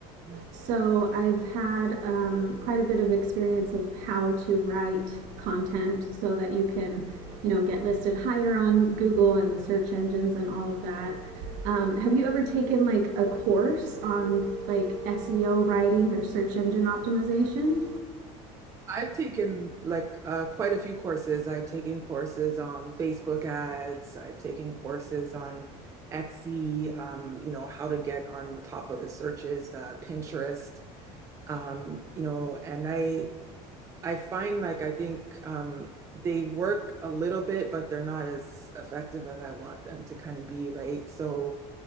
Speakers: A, on the right; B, on the right.
A: yeah.
B: So I've had um, quite a bit of experience of how to write content so that you can, you know, get listed higher on Google and the search engines and all of that. Um, have you ever taken like a course on like SEO writing or search engine optimization?
A: I've taken like uh, quite a few courses. I've taken courses on Facebook ads. I've taken courses on Etsy, um, you know, how to get on top of the searches, uh, Pinterest, um, you know, and I I find like I think um, they work a little bit, but they're not as effective as I want them to kind of be, right? So,